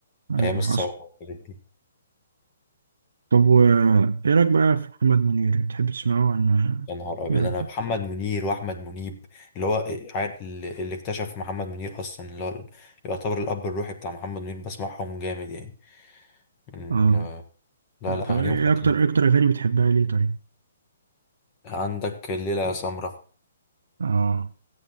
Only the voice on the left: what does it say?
أيام الثورة
والحاجات دي.
يا نهار ابيض
انا
محمد منير واحمد منيب اللي هو عاد- اللي اكتشف محمد منير اصلا اللي هو يعتبر الاب الروحي بتاع محمد منير بسمعهم جامد يعني من
ال- لا
لا اغانيهم
خطيره
عندك الليله يا سمره